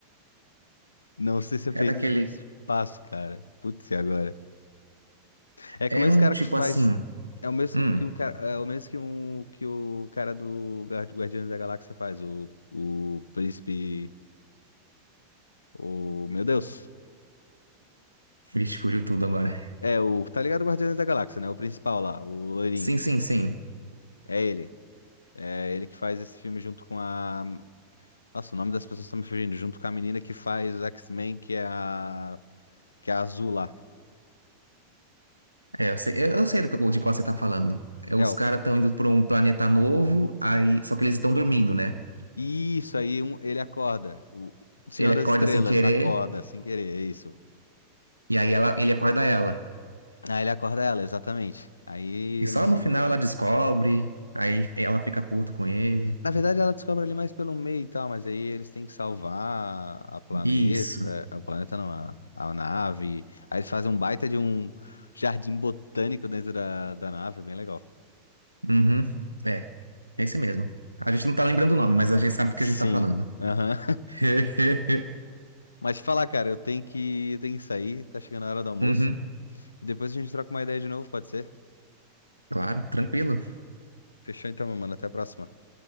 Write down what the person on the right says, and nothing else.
É daquele.
É
um
tipo
assim.
Hum,
vixe, fugiu tudo agora.
Sim, sim, sim.
É, eu sei, eu- eu sei do que- de qual você tá falando. É, os
caras estão indo pra um planeta novo, aí só que eles estão dormindo, né?
Ele
acorda
sem querer,
e aí ela, ele acorda ela.
E só
no final ela descobre, aí ela fica puto com ele.
Isso.
Uhum. É, é esse mesmo. A gente não tá lembrando o nome, mas a gente sabe
do que a gente tá falando.
<laughs>
Uhum.
Claro, tranquilo.